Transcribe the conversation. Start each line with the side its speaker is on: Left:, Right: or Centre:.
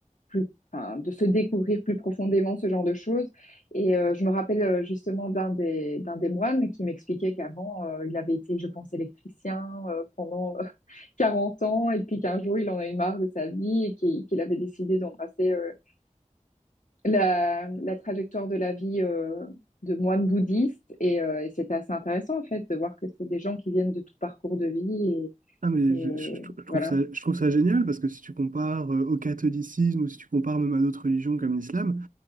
Left: plus, enfin, de se découvrir plus profondément ce genre de choses. Et euh, je me rappelle euh, justement d'un des, d'un des moines qui m'expliquait qu'avant, euh, il avait été, je pense, électricien euh, pendant euh, <laughs> 40 ans et puis qu'un jour, il en a eu marre de sa vie et qu'il qu'il avait décidé d'embrasser euh, la, la trajectoire de la vie euh, de moine bouddhiste et, euh, et c'était assez intéressant en fait de voir que c'est des gens qui viennent de tout parcours de vie
Right: Ah mais
Left: et, et
Right: je, je- je trouve
Left: voilà.
Right: ça, je trouve ça génial parce que si tu compares euh, au catholicisme ou si tu compares même à d'autres religions comme l'islam,